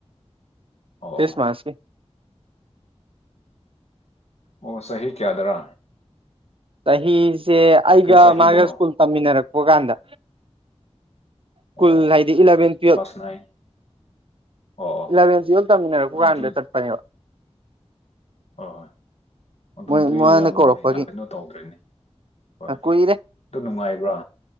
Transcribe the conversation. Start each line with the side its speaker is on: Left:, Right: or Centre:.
Left: ꯑꯣ
Right: ꯈ꯭ꯔꯤꯁꯃꯥꯁꯀꯤ
Left: ꯑꯣ ꯑꯣ ꯁꯍꯤ ꯀꯌꯥꯗꯔꯥ
Right: ꯆꯍꯤꯁꯦ ꯑꯩꯒ
Left: ꯀꯔꯤ ꯆꯍꯤꯗꯅꯣ
Right: ꯃꯥꯒ ꯁ꯭ꯀꯨꯜ ꯇꯝꯃꯤꯟꯅꯔꯛꯄ ꯀꯥꯟꯗ ꯁ꯭ꯀꯨꯜ
Left: ꯑꯣ
Right: ꯍꯥꯏꯗꯤ ꯏꯂꯚꯦꯟ ꯇꯨꯋꯜꯞ
Left: ꯀ꯭ꯂꯥꯁ ꯅꯥꯏꯟ ꯑꯣ
Right: ꯏꯂꯚꯦꯟꯁꯨ ꯌꯜ ꯇꯝꯃꯤꯟꯅꯔꯛꯄ
Left: ꯑꯗꯨ
Right: ꯀꯥꯟꯗ ꯆꯠꯄꯅꯦꯕ
Left: ꯍꯣꯏ ꯍꯣꯏ ꯑꯗꯨꯗꯤ
Right: ꯃꯣꯏ ꯃꯥꯅ
Left: ꯌꯥꯝ
Right: ꯀꯧꯔꯛꯄꯒꯤ
Left: ꯌꯥꯝ ꯀꯩꯅꯣ ꯇꯧꯗ꯭ꯔꯤꯅꯦ ꯍꯣꯏ
Right: ꯀꯨꯏꯔꯦ
Left: ꯑꯗꯨ ꯅꯨꯡꯉꯥꯏꯕ꯭ꯔꯥ